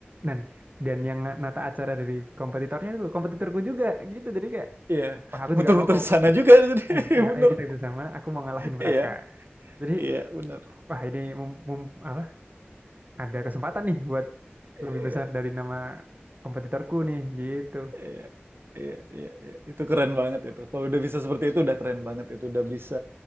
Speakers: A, on the right; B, on the right.
A: Dan dan yang nata acara dari kompetitornya dulu, kompetitorku juga gitu. Jadi kayak,
B: Iya,
A: wah aku
B: muter-muter
A: juga mau, kom-
B: di sana juga jadi <laughs>
A: ayo, ayo,
B: bener.
A: ayo kita bersama, aku mau ngalahin
B: Iya,
A: mereka. Jadi,
B: iya bener.
A: wah ini mum- mum- apa? Ada kesempatan nih buat
B: Iya.
A: lebih besar dari nama kompetitorku nih gitu.
B: Iya, iya, iya, iya. Itu keren banget itu. Kalau udah bisa seperti itu udah keren banget itu. Udah bisa